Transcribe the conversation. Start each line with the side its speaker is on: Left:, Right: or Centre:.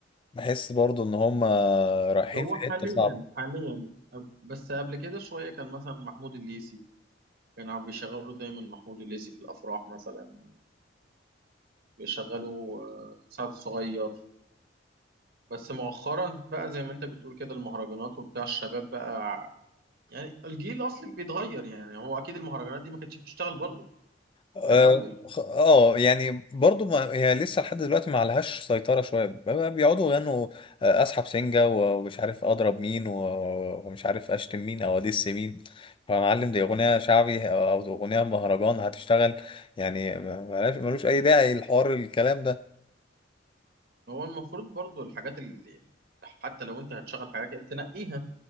Left: بحس برضو ان هم رايحين
Right: هو
Left: في حتة
Right: حاليا
Left: صعبة
Right: حاليا أب- بس قبل كده شوية كان مثلا محمود الليثي كانوا بيشغلوا دايما محمود الليثي في الأفراح مثلا بيشغلوا آه، سعد الصغير بس مؤخرا بقى زي ما انت بتقول كده المهرجانات وبتاع الشباب بقى يعني الجيل أصلك بيتغير يعني هو أكيد المهرجانات دي ما كانتش بتشتغل برضو
Left: اه
Right: في الأول
Left: خ- آه، يعني برضو ما هي لسه لحد دلوقتي ما عليهاش سيطرة شوية بقى بيقعدوا يغنوا آه، اسحب سنجة و- ومش عارف اضرب مين و- و- ومش عارف اشتم مين او ادس مين فمعلم دي اغنية شعبي او اغنية مهرجان هتشتغل يعني ما- ملهاش- ملوش اي داعي الحوار الكلام ده
Right: هو المفروض برضو الحاجات اللي اللي- حتى لو انت هتشغل حاجه كده تنقيها